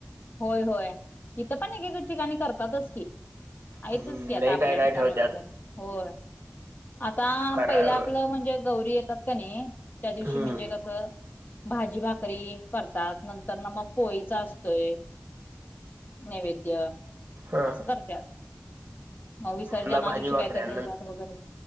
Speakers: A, on the left; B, on the right.
A: होय-होय इथं पण एक-एक ठिकाणी करतातचं की. आहेतच
B: हम्म
A: की, आता
B: लय
A: आपल्या
B: काय काय
A: ठिकाणी
B: ठेवत्यात
A: वगैरे, होय, आता
B: फराळ
A: पहिलं आपलं म्हणजे, गौरी. येतात कनी. त्या दिवशी,
B: हम्म
A: म्हणजे कसं. भाजी भाकरी करतात. नंतरन मग पोळीचा असतोय 'नैवेद्य'
B: हा
A: असं करत्यात. म विसर्जना
B: ना भाजी
A: दिवशी,
B: भाकरी
A: काय तर
B: अन्न
A: दही-भात वगैरे.